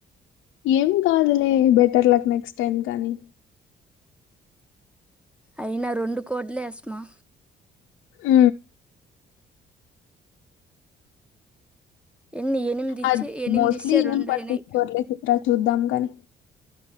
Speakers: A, on the left; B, in the centre.
A: ఏం కాదులే బెటర్ లక్ నెక్స్ట్ టైమ్ కానీ
B: అయినా రెండు కోడ్లే ఎసమా
A: ఉ
B: ఎన్ని ఎనిమిది ఇచ్చే
A: అది
B: ఎనిమిది
A: మోస్ట్లీ
B: ఇస్తే
A: ఏం
B: రెండయినాయి
A: పట్టించుకోర్లే చిత్ర చూద్దాం కానీ